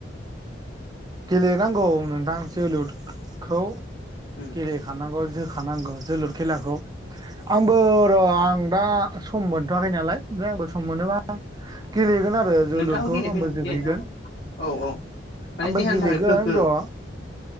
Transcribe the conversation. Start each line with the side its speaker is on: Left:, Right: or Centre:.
Right: गेलेनांगौ नोंथां जोलुरखौ
Left: उम
Right: गेले खानांगौ जोखानांगौ जोलुर खेलाखौ आंबो र' आं दा सम मोनथ'वाखै नालाय ओमफ्राय आंबो सम मोनोबा गेलेगोन आरो जोलुरखौ
Left: नोंथाङाबो गेलेफैनानै
Right: आंबो जोहैगोन
Left: गेलेनो हागोन औ औ माने
Right: आंबो
Left: देहानि
Right: गेलेगोन
Left: थाखाय गोग्गो
Right: र'